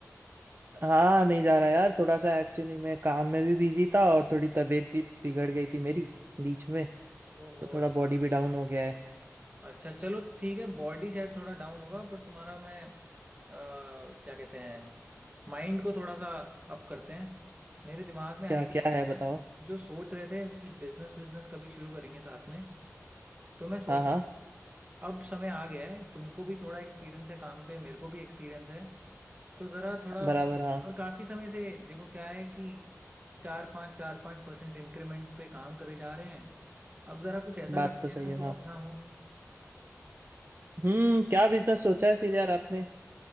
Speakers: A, on the right; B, on the right.
A: हाँ नहीं जा रहा यार थोड़ा सा एक्चुअली मैं काम में भी बिजी था और थोड़ी तबीयत भी बिगड़ गई थी मेरी बीच में
B: ओहो
A: तो थोड़ा
B: अच्छा
A: बॉडी भी डाउन हो गया है
B: अच्छा चलो ठीक है बॉडी शायद थोड़ा डाउन होगा पर तुम्हारा मैं अ, क्या कहते हैं माइंड को थोड़ा सा अप करते हैं मेरे दिमाग में आइडिया
A: क्या क्या
B: आया
A: है बताओ
B: जो सोच रहे थे कि बिजनेस विजनेस कभी शुरू करेंगे साथ में तो मैं सोच
A: हाँ हाँ
B: अब समय आ गया है तुमको भी थोड़ा एक्सपीरियंस है काम पे मेरे को भी एक्सपीरियंस है तो जरा थोड़ा
A: बराबर हाँ
B: और काफी समय से देखो क्या है कि चार पाँच चार पाँच परसेंट इंक्रीमेंट पे काम करे जा रहे हैं अब जरा कुछ ऐसा
A: बात
B: करते
A: तो सही
B: हैं ना
A: है
B: जो
A: हाँ
B: अपना हो
A: हम्म क्या बिजनेस सोचा है फिर यार आपने